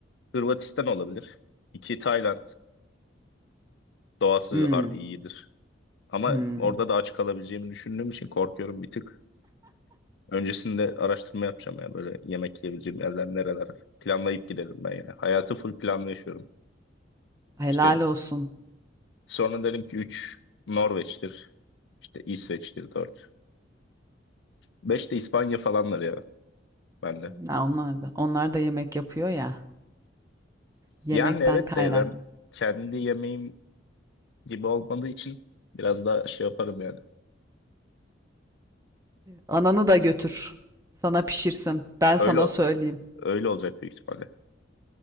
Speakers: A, on the left (about 65°); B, on the right (about 15°).
A: Hırvatistan olabilir. İki Tayland. Doğası
B: Hmm,
A: harbi iyidir. Ama
B: Hımm.
A: orada da aç kalabileceğimi düşündüğüm için korkuyorum bir tık. Öncesinde araştırma yapacağım ya böyle yemek yiyebileceğim yerler nereler. Planlayıp gidelim ben yani. Hayatı full planlı yaşıyorum.
B: Helal
A: İşte
B: olsun.
A: sonra derim ki 3 Norveç'tir. İşte İsveç'tir 4. 5 de İspanya falanlar ya bende.
B: Ya, onlar da onlar da yemek yapıyor ya, yemekten
A: Yani evet
B: kaynaklı.
A: de ben kendi yemeğim gibi olmadığı için biraz daha şey yaparım yani.
B: Ananı da götür. Sana pişirsin. Ben sana
A: Öyle
B: söyleyeyim.
A: öyle olacak büyük ihtimalle.